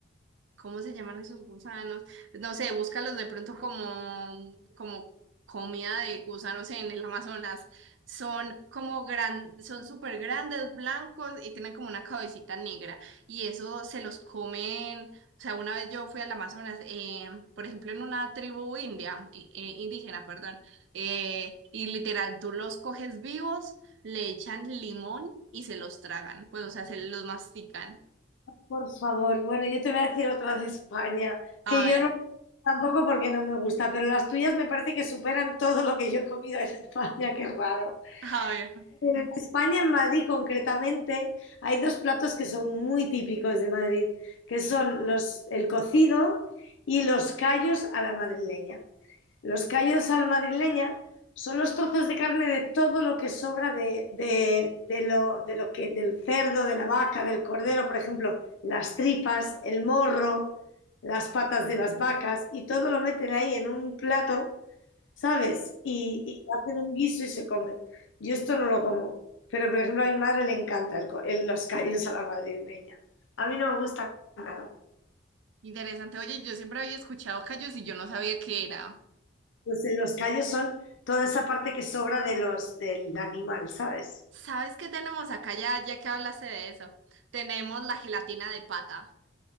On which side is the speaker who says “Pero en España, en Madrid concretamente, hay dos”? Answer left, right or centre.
Left